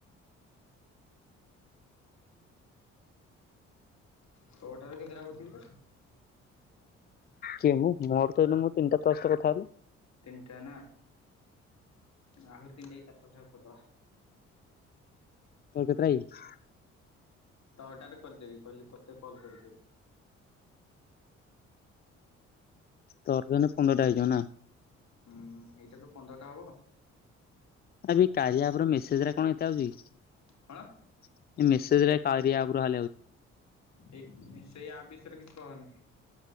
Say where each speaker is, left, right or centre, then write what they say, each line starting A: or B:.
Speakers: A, on the left (about 45°); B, on the left (about 25°).
A: ତୋ ଟାରେ କେତେଟା ବୁଝିବି ଯେ?
B: କିଏ ମୁଁ ମୋର ତ ଏଇନୁ ମୁଁ ତିନିଟା ତା ସହିତ କଥା ହେଲି।
A: ତିନିଟା ନା ଆହୁରି ତିନିଟା କି ଚାରଟାବେଳେ ଯାହା କରଦବା।
B: ତୋର କେତେଟା କି?
A: ତୋ ଅର୍ଡ଼ାରେ କରିଦେବି କହିଲି ତତେ କଲ୍ କରି କରି
B: ତୋର ତ ଏଇନେ ପନ୍ଦରଟା ହେଇଚି। ଯୋଉ ନା।
A: ହୁଁ ଏଇଟା ତ ପନ୍ଦରଟା ହବ।
B: ଆ କାଳିଆର ମେସେଜରେ କଣ ଏତେ ଆଉଛି।
A: କଣ
B: ମେସେଜ କାରିରିଆ ଆପ
A: ଏଇ ସେଇ ଆପ୍ ବିଷୟରେ କିଛି କହନି